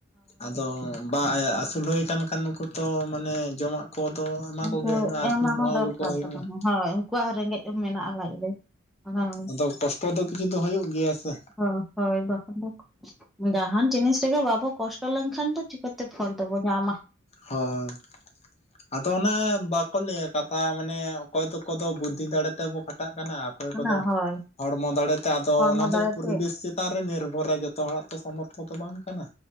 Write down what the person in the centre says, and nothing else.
ᱩᱱᱠᱩ
ᱮᱢᱟᱜ
ᱦᱚᱸ ᱫᱚᱨᱠᱟᱨ
ᱠᱟᱱᱟ ᱦᱳᱭ ᱩᱱᱠᱩᱣᱟᱜ ᱨᱮᱸᱜᱮᱡ ᱦᱚᱸ ᱢᱮᱱᱟᱜᱼᱟ ᱞᱟᱡ ᱨᱮ ᱾ ᱦᱮᱭ <unintelligible>
ᱦ ᱦᱳᱭ ᱵᱟᱠᱚ <unintelligible> ᱡᱟᱦᱟᱱ ᱡᱤᱱᱤᱥ ᱨᱮᱜᱮ ᱵᱟᱵᱚ ᱠᱚᱥᱴᱚ ᱞᱮᱱᱠᱷᱟᱱ ᱫᱚ ᱪᱤᱠᱟᱹᱛᱮ ᱯᱷᱚᱞ ᱫᱚᱵᱚ ᱧᱟᱢᱟ
ᱚᱱᱟ
ᱦᱳᱭ
ᱦᱚᱲᱢᱚ
ᱫᱟᱲᱮᱛᱮ
ᱦᱚᱸ